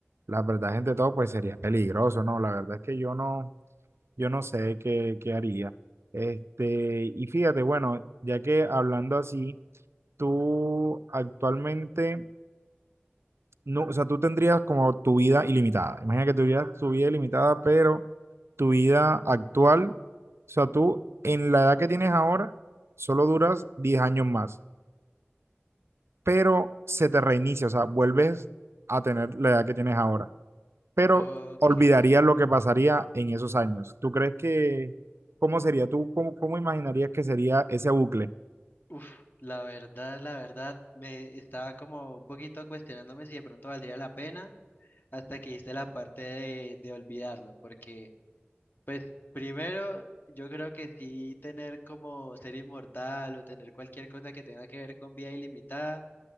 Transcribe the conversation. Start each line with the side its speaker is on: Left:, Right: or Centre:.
Right: las verdades entre todos, pues sería peligroso, ¿no? La verdad es que yo no, yo no sé qué, qué haría. Este, y fíjate, bueno, ya que hablando así, tú actualmente no, o sea, tú tendrías como tu vida ilimitada. Imagina que tuvieras tu vida ilimitada, pero tu vida actual, o sea, tú en la edad que tienes ahora, solo duras 10 años más, pero se te reinicia, o sea, vuelves a tener la edad que tienes ahora, pero
Left: Ok.
Right: olvidarías lo que pasaría en esos años. ¿Tú crees que, cómo sería? ¿Tú cómo, cómo imaginarías que sería ese bucle?
Left: Uf, la verdad, la verdad, me estaba como un poquito cuestionándome si de pronto valdría la pena. hasta que hice la parte de, de olvidarlo, porque pues primero yo creo que sí tener como ser inmortal o tener cualquier cosa que tenga que ver con vida ilimitada